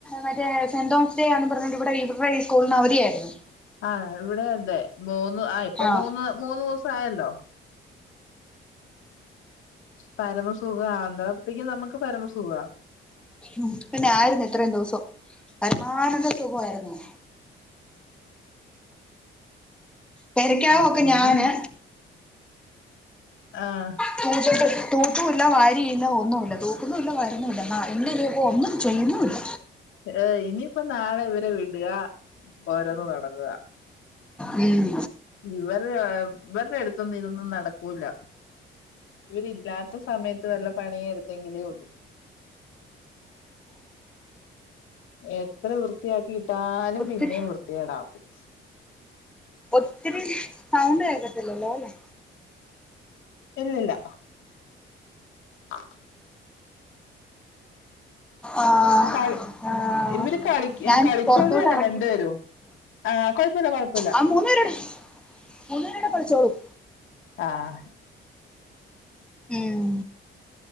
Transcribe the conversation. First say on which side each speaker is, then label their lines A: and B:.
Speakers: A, in the centre; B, on the left (about 80°).
A: മറ്റേ സെന്റ് തോമസ് ഡേ ആന്ന് പർഞ്ഞ്ട്ട് ഇവിടെ <unintelligible> സ്കൂളിന് അവധിയായിര്ന്ന്.
B: ആഹ് ഇവിടെഎന്നെ മൂന്ന് ആ ഇപ്പം
A: ആഹ്
B: മൂന്ന് മൂന്ന് ദിവസായല്ലോ. പരമസുഖാ <unintelligible> നമക്ക് പരമസുഖാ
A: ഉം പിന്നെ ആയിരുന്നു ഇത്രയും ദിവസം പരമാനന്ദ സുഖയിരുന്നു പെരക്കകമൊക്കെ
B: ആഹ് കുഞ്ഞു
A: ഞാന്
B: ആഹ്
A: തൂത്ട്ട് തൂതുല്ല വാരീല്ല ഒന്നുല്ല തൂക്കുന്നുല്ല വാരുന്നുല്ല. ആ <unintelligible> ഒന്നും ചെയ്യുന്നൂല്ല.
B: ഏഹ് ഇനിയിപ്പം നാളെ ഇവരെ വിട്ക ഓരോന്ന് നടങ്ങ
A: ഉം.
B: ഇവര് ഇവരുടെ അടുത്തൊന്നും ഇതൊന്നും നടക്കൂല ഇവരില്ലാത്ത സമയത്ത് വല്ല പണിയെടുത്തെങ്കിലേ ഉള്ളൂ എത്ര വൃത്തിയാക്കിട്ടാലും
A: ഒത്തിരി
B: പിന്നെയും വൃത്തികേടാക്കും
A: ഒത്തിരി സൗണ്ട് കേക്കത്തില്ലല്ലോ അല്ലെ
B: ഇല്ലില്ല <inaudible>
A: ആഹ്
B: കളി
A: ആഹ്
B: ഇവര് കളിക
A: ഞാൻ
B: കളിച്ചോളുലെ
A: പുറത്തോട്ട് ഇറങ്ങി
B: രണ്ടു പേരും ആഹ് കുഴപ്പുല്ല കുഴപ്പുല്ല
A: ആ മൂന്നെരുടെ മൂന്ന്പേരൂടെ കളിച്ചോളും
B: ആഹ്
A: ഉം